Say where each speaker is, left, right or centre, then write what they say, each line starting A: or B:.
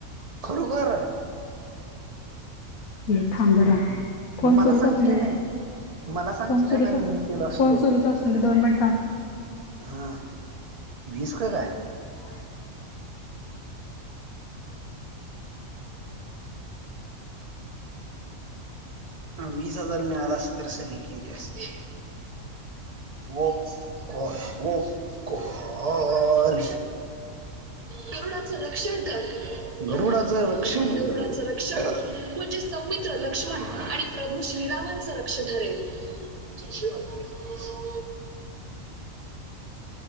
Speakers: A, on the right; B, on the left.
A: खरू खरर?
B: ये थांब जरा फोन
A: मग मला
B: सुरूच
A: सांगतील
B: असून दे काय.
A: नाही मला सांगतील
B: फोन सुरूच
A: नाही
B: असू,
A: मी केलो असतो
B: फोन सुरूच असूंदे दोन मिनिट थांब. <inaudible>
A: हा वीस का काय?
B: <inaudible>
A: वीस हजार मिळालं असत तर सही केली असती. वोप वोप कॉल. गरुडाच रक्षण कर गरुडाच रक्षण कर. गरुडाच रक्षण म्हणजे सौमित्र, लक्ष्मण आणि प्रभू श्रीरामांचं रक्षण. ठरेल जशी आपली आज्ञा.